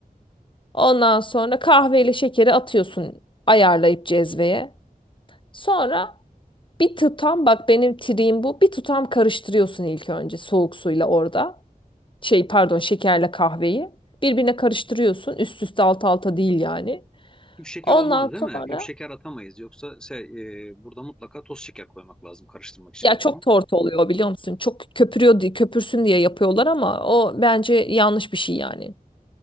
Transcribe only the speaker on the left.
Ondan sonra kahveyle şekeri atıyorsun ayarlayıp cezveye. Sonra bir tutam bak benim triğim bu bir tutam karıştırıyorsun ilk önce soğuk suyla orada şey pardon şekerle kahveyi birbirine karıştırıyorsun. Üst üste alt alta değil yani.
Ondan
sonra
ya
çok
tortu oluyor biliyor musun? Çok köpürüyor diye köpürsün diye yapıyorlar ama o bence yanlış bir şey yani.